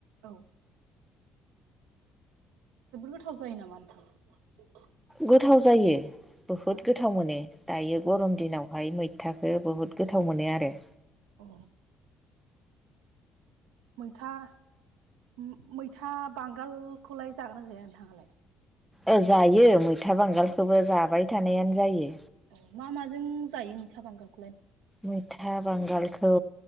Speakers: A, on the right (about 80°); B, in the centre.
A: औ जोबोर गोथाव जायो नामा नोंथां?
B: गोथाव जायो बुहुद
A: अ
B: गोथाव मोनो दायो
A: औ
B: गरम दिनावहाय मै थाखो बहुद गोथाव मोनो आरो।
A: अ मैथा मैथा बांगालखौलाय जागोना जाया नोंथाङालाय?
B: ओ जायो मैथा बांगालखौबो जाबाय थानायानो जायो।
A: औ मा माजों जायो मैथा बांगालखौ?
B: मैथा बांगालखौ